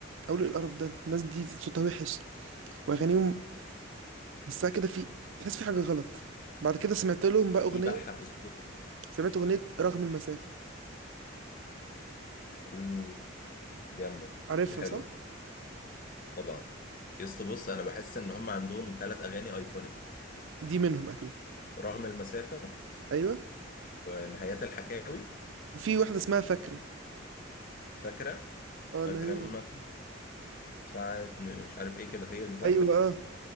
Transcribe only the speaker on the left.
في بحه في الصوت
اوه جامده
دي حلوه
طبعا يس بص انا بحس ان هم عندهم ثلاث اغاني ايكونيك
رغم المسافه
ونهايات الحكاوي
فاكره
فاكره
امك ساعه ن- مش عارف ايه كده هي دي صح